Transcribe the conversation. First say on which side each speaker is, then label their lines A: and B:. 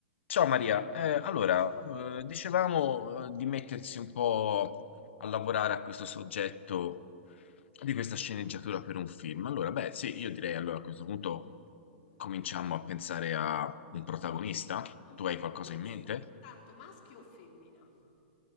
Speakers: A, on the left; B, on the left.
A: Ciao Maria, Eh, allora,
B: Eccoci.
A: eh, dicevamo eh, di mettersi un po' a lavorare a questo soggetto di questa sceneggiatura per un film. Allora, beh, sì,
B: Sì.
A: io direi allora a questo punto cominciamo a pensare a un protagonista.
B: Ha un
A: Tu
B: protagonista.
A: hai qualcosa in mente?
B: Intanto maschio o femmina?